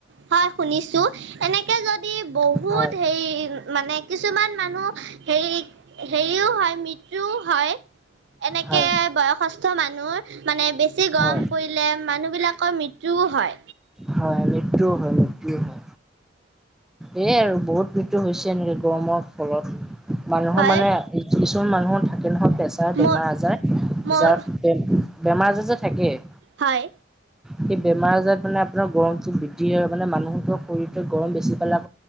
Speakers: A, on the right; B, in the centre.
A: হয় শুনিছো, এনেকে যদ দি বহুত
B: হয়
A: হেৰি মানে কিছুমান মানুহ হেৰি হেৰিও হয়, মৃত্যুও হয়। এনেকে
B: হয়
A: বয়সস্থ মানুহ মানে বেছি গৰম
B: হয়
A: পৰিলে মানুহ বিলাক। ৰ মৃত্যু হয়।
B: হয়। মৃত্যু হয় মৃত্যু হয়। এয়াই আৰু বহুত মৃত্যু হৈছে এনেকে গৰমৰ ফলত। মানুহৰ
A: হয়
B: মানে কিছুমান মানুহৰ থাকে নহয় প্ৰেছাৰ
A: ম
B: বেমাৰ আজাৰ।
A: মোৰ
B: যাৰ বেমাৰ আজাৰ যে থাকেই।
A: হয়।
B: সেই বেমাৰ আজাৰ মানে আপোনাৰ গৰমতটো বৃদ্ধি হয় মানে মানুহৰ শৰীৰতো গৰম বেছি পেলায়।